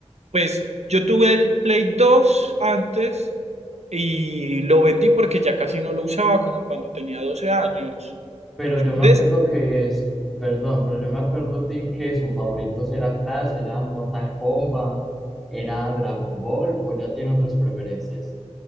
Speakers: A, on the right; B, in the centre.
A: Pues yo tuve el Play 2 antes y lo vendí porque ya casi no lo usaba como cuando tenía 12 años.
B: Pero yo me
A: Des-
B: acuerdo que es, perdón, pero yo me acuerdo, Tim, que sus favoritos era Crash, era Mortal Kombat, era Dragon Ball, o ya tiene otras preferencias.